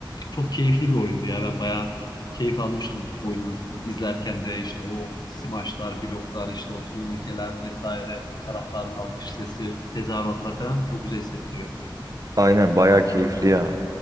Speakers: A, on the left (about 50°); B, on the right (about 45°).
A: çok keyifli bir oyundu ya. Ben bayağı keyif almıştım oyunu izlerken de işte o smaçlar, bloklar, işte o turnikeler vesaire, o taraftarın alkış sesi, tezahüratlar falan çok güzel hissettiriyor.
B: Aynen bayağı keyifli ya.